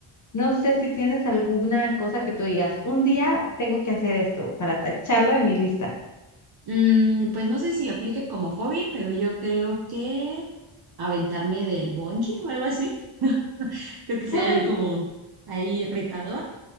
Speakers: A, on the left; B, on the right.
A: No sé si tienes alguna cosa que tú digas, un día tengo que hacer esto para tacharlo en mi lista.
B: Mm, pues no sé si aplique como hobby, pero yo creo que aventarme del bungee o algo así. <laughs> Creo que sería
A: ¡Ah!
B: como ahí retador.